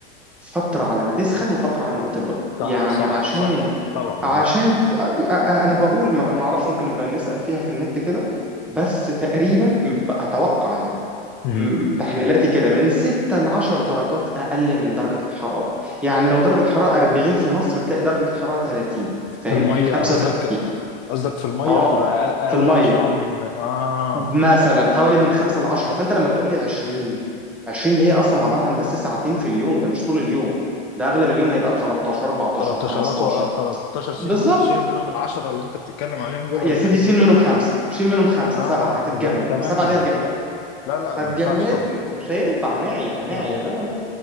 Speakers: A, in the centre; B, on the left.
A: فترة على ما تسخن وفترة على ما تبرد
B: صح
A: يعني
B: صح
A: عشان
B: صح طبعا
A: عشان
B: اه
A: ت- أ- أ- انا بقول ما ما اعرفش ممكن نبقى نسأل فيها في النت كده بس تقريبا ب- اتوقع يعني
B: مم.
A: م- تحليلاتي كده من 6 ل 10 درجات اقل من درجة الحرارة يعني لو درجة حرارة 40 في مصر بتلاقي درجة حرارة 30 فاهم
B: في الميه
A: 35
B: قصدك قصدك في الميه
A: اه
B: بتبقى اقل أقل
A: في المية
B: 10 من اه
A: مثلا حوالي من
B: آه.
A: خمسة لعشرة فانت لما بتقول لي 20 20 دي هي اصلا عباره عن بس ساعتين في اليوم ده مش طول اليوم ده اغلب اليوم هيبقى ب 13 14
B: 13
A: 15
B: و... 13 شيلوا
A: بالظبط
B: شيلوا منهم ال 10 اللي انت بتتكلم عليهم دول ولا
A: يا سيدي
B: حاجه زي
A: شيل
B: كده
A: منهم خمسه شيل منهم خمسه
B: اه
A: سبعه هتتجمد
B: تبقى 8
A: سبعه دي هتجمد
B: لا لا لا
A: هتجمدنا
B: ما ينفعش طبعا
A: مش هينفع هنعيا هنعيا
B: اه
A: لا لا لا